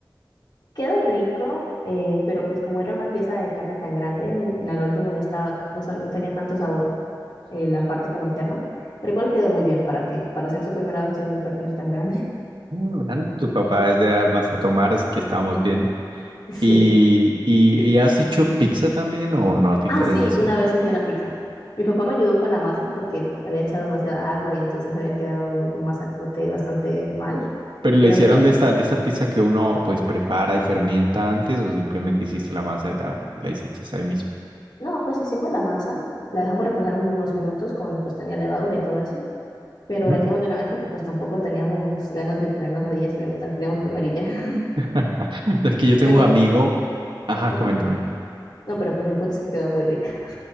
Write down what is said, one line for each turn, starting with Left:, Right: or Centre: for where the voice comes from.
Left: <laughs> Quedó rico, eh, pero pues como era una pieza de carne tan grande, en- al último no estaba, no sabía, no tenía tanto sabor eh, la parte como interna, pero igual quedó muy bien. ¿Para qué? Para hacer su primera vez haciendo un pernil tan grande. <laughs>
Right: Mm, Vale, tu papá es de Almas a tomar, así que estamos bien.
Left: Sí.
Right: ¿Y, y, y has hecho pizza también o no te
Left: Ah,
Right: interesa
Left: sí,
Right: eso?
Left: una vez hice una pizza. Mi papá me ayudó con la masa porque le había echado demasiada agua y entonces había quedado un masacote bastante mal.
Right: Pero la
Left: Pero
Right: hicieron
Left: él me, te-
Right: de esta, de esta pizza que uno pues prepara y fermenta antes o simplemente hiciste la masa y la, y la hiciste ahí mismo.
Left: No, pues hicimos la masa, la dejamos reposar unos minutos con, pues tenía levadura y todo eso, pero
Right: Ujú.
Left: la hicimos de una vez porque pues tampoco teníamos ganas de ponernos ahí a día experimental, queríamos comer y ya. <laughs>
Right: <laughs> Es que yo tengo
Left: Pero,
Right: un amigo. Ajá,
Left: ujú,
Right: coméntame.
Left: no, pero pues el punto es que quedó muy rica.